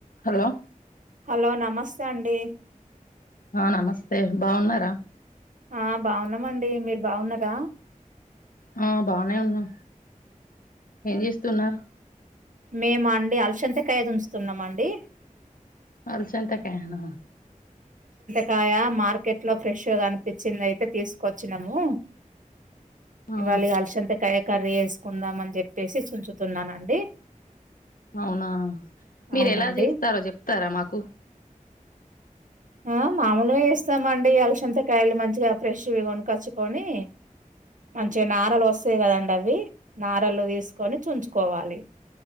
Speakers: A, on the left; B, on the right.
A: Hello
B: hello నమస్తే అండి
A: ఆ నమస్తే బాగున్నారా
B: ఆ బాగున్నామండి మీరు బాగున్నారా
A: ఆ బానే ఉన్నాం ఏం చేస్తున్నారు
B: మేమ అండి అల్సంతకాయ చుంచుతున్నామండి
A: అలసంత కాయన
B: కాయ మార్కెట్లో ఫ్రెష్ గా కనిపించిందయితే తీసుకొచ్చినము
A: ఆ
B: ఇవాళ ఇగ అలసంతకాయ కర్రీ చేసుకుందాం అని చెప్పేసి చంచుతున్నానండి
A: అవునా మీరు
B: అవునండి
A: ఎలా చేస్తారో చెప్తారా మాకు
B: ఆ మామూలుగా చేస్తామండి అలసంతకాయలు మంచిగా ఫ్రెష్ వి కొనుకచ్చుకొని మంచిగా నారలు వస్తాయి కదండి అవి నారలు తీసుకొని చుంచుకోవాలి